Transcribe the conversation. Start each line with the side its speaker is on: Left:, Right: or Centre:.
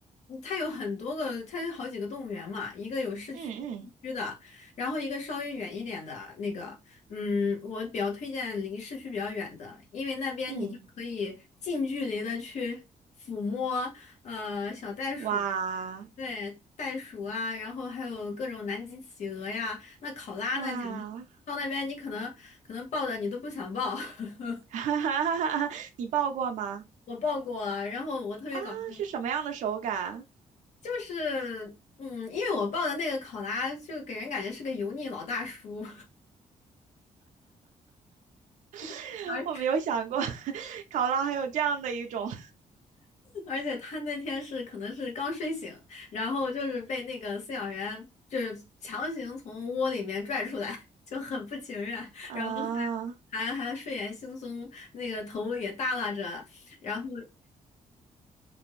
Left: 嗯它有很多个，它有好几个动物园嘛，一个有市区区的，
Right: 嗯嗯
Left: 然后一个稍微远一点的那个，嗯，我比较推荐离市区比较远的，因为那边你就可以近距离的去抚摸呃小袋鼠。
Right: 嗯，哇
Left: 对，袋鼠啊，然后还有各种南极企鹅呀，那考拉呢，
Right: 哇，
Left: 简直到那边你可能可能抱的你都不想抱。
Right: <laughs>
Left: <laughs>
Right: 哈哈哈哈哈！你报过吗？
Left: 我抱过，然后我特别搞笑，
Right: 啊，是什么样的手感？
Left: 就是嗯，因为我抱的那个考拉就给人感觉是个油腻老大叔，
Right: <laughs>
Left: <laughs> 而
Right: 我没有想过，<laughs> 考拉还有这样的一种
Left: 而且他那天是可能是刚睡醒，然后就是被那个饲养员就是强行从窝里面拽出来，<laughs> 就很不情愿，
Right: <laughs>
Left: 然后
Right: 啊，
Left: 还还还睡眼惺忪，那个头也耷拉着，然后